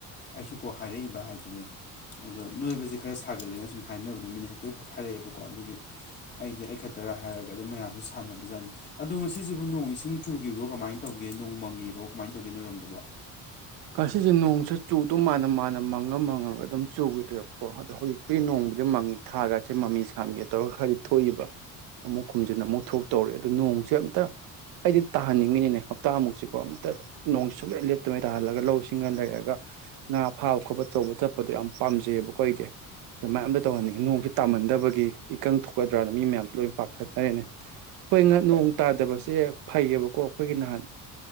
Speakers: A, on the left; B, on the right.
A: ꯑꯩꯁꯨ ꯀꯣ ꯍꯥꯏꯔꯛꯏꯕ ꯍꯥꯏꯗꯨꯅꯦ ꯑꯗꯣ ꯅꯣꯏꯕꯁꯦ ꯈꯔ ꯁꯥꯒꯜꯂꯦꯅ ꯁꯨꯝ ꯍꯥꯏꯅꯕꯗꯣ ꯃꯤꯅ ꯍꯦꯛꯇ ꯍꯥꯏꯔꯛꯑꯦꯕꯀꯣ ꯑꯗꯨꯒꯤ ꯑꯩꯗꯤ ꯑꯩ ꯈꯛꯇꯔ ꯍꯥꯏꯔꯒ ꯑꯗꯨꯝ ꯃꯌꯥꯝꯁꯨ ꯁꯥꯟꯅꯕꯖꯥꯠꯅꯤ ꯑꯗꯣ ꯉꯁꯤꯁꯤꯕꯨ ꯅꯣꯡ ꯏꯁꯤꯡ ꯆꯨꯈꯤꯕ꯭ꯔꯣ ꯀꯃꯥꯏꯅ ꯇꯧꯒꯦ ꯦ ꯅꯣꯡ ꯃꯪꯉꯤꯔꯣ ꯀꯃꯥꯏꯅ ꯇꯧꯒꯦ ꯅꯣꯏꯔꯣꯝꯗꯕꯨ
B: ꯉꯁꯤꯁꯦ ꯅꯣꯡꯁꯦ ꯆꯨꯗꯧ ꯃꯥꯟꯅ ꯃꯥꯥꯟꯅ ꯃꯪꯉ ꯃꯪꯉꯒ ꯑꯗꯨꯝ ꯆꯨꯈꯤꯗ꯭ꯔꯦꯕꯀꯣ ꯑꯗꯣ ꯍꯧꯖꯤꯛꯄꯨꯗꯤ ꯅꯣꯡ ꯃꯪꯉꯦ ꯊꯥꯒꯥꯁꯦ ꯃꯃꯤ ꯁꯥꯃꯤꯒ ꯇꯧꯔꯒ ꯈꯔꯗꯤ ꯊꯣꯛꯏꯕ ꯑꯃꯨꯛ ꯈꯨꯝꯖꯤꯟ ꯑꯃꯨꯛ ꯊꯣꯛ ꯇꯧꯔꯦ ꯑꯗꯣ ꯅꯣꯡꯁꯦ ꯑꯝꯇ ꯑꯩꯗꯤ ꯇꯥꯍꯟꯅꯤꯡꯉꯤꯅꯤꯅꯦ ꯍꯞꯇꯥꯃꯨꯛꯁꯤꯀꯣ ꯑꯝꯇ ꯅꯣꯡꯁꯦꯟꯁꯨꯛꯂꯦꯞ ꯂꯦꯞꯇꯉꯩ ꯇꯥꯍꯜꯂꯒ ꯂꯧ ꯁꯤꯡꯒ ꯂꯩꯔꯒ ꯉꯥ ꯐꯥꯕ ꯈꯣꯠꯄ ꯇꯧꯕ ꯆꯠꯄꯗꯣ ꯌꯥꯝ ꯄꯥꯝꯖꯩꯌꯦꯕꯀꯣ ꯑꯩꯗꯤ ꯑꯗꯨꯃꯥꯏ ꯑꯝꯇ ꯇꯧꯍꯟꯅꯤꯡꯉꯤ ꯅꯣꯡꯁꯦ ꯇꯥꯍꯟꯗꯕꯒꯤ ꯏꯀꯪ ꯊꯣꯛꯀꯗ꯭ꯔꯅ ꯃꯤ ꯃꯌꯥꯝꯁꯨ ꯂꯣꯏꯅ ꯄꯥꯈꯠꯅꯔꯦꯅꯦ ꯍꯣꯏ ꯉ ꯅꯣꯡ ꯇꯥꯗꯕꯁꯦ ꯐꯩꯌꯦꯕꯀꯣ ꯑꯩꯈꯣꯏꯒꯤ ꯅꯍꯥꯟ